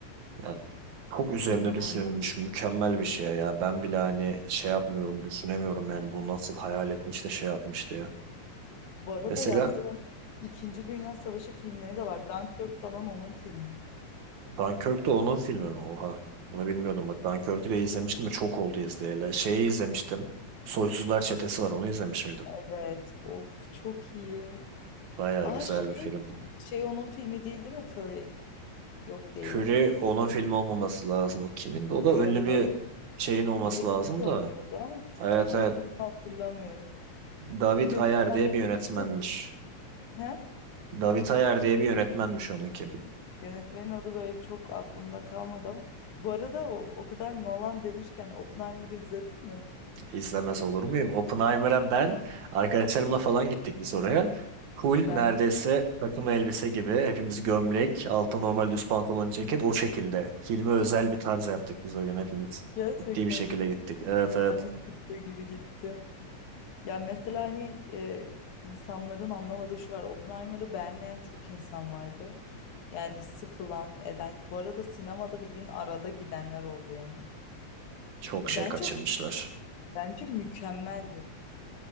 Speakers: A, on the right (about 75°); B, on the left (about 85°).
A: Ya çok üzerinde
B: İnanılmaz.
A: düşünebilmiş
B: iyi.
A: mükemmel bir şey ya. Ben bile hani şey yapmıyorum, düşünemiyorum yani bunu nasıl hayal etmiş de şey yapmıştı ya.
B: Bu arada
A: Mesela
B: yaptığım İkinci Dünya Savaşı filmleri de var. Dunkirk falan onun filmi.
A: Dunkirk de onun filmi mi? Oha. Onu bilmiyordum bak. Dunkirk'ü de izlemiştim de çok oldu izleyeli. Şeyi izlemiştim. Soysuzlar Çetesi var. Onu izlemiş miydin?
B: Evet. Of çok iyi.
A: Bayağı
B: Aa
A: güzel
B: şey,
A: bir film.
B: şey onun filmi değil değil mi? Fury. Yok değil.
A: Fury onun filmi olmaması lazım. O kimin? de? O da
B: Doğru
A: ünlü bir
B: doğru.
A: şeyin olması
B: Brad
A: lazım
B: Pitt oynuyordu
A: da.
B: ama
A: Evet
B: kimin
A: evet.
B: filmi hatırlamıyorum.
A: David
B: Yönetmenin
A: Ayer diye bir yönetmenmiş.
B: ismi he?
A: David Ayer diye bir yönetmenmiş onunki.
B: Yönetmenin adı böyle çok aklımda kalmadı ama bu arada o, o kadar Nolan demişken Oppenheimer'ı izledin mi?
A: İzlemez olur muyum? Oppenheimer'a ben arkadaşlarımla falan gittik biz oraya. Hul
B: Ben
A: neredeyse
B: de.
A: takım elbise gibi hepimiz gömlek, altta normal düz pantolon, ceket o şekilde. Filme özel bir tarz yaptık biz o gün hepimiz.
B: Gerçekten
A: Ciddi bir şekilde
B: mi?
A: gittik. Evet evet
B: Ben de çıktığı gibi gittim. Ya mesela hani e, insanların anlamadığı şu var. Oppenheimer'ı beğenmeyen çok insan vardı. Yani sıkılan, eden. Bu arada sinemada bildiğin arada gidenler oldu yani.
A: çok
B: Bence
A: şey kaçırmışlar.
B: bence mükemmeldi.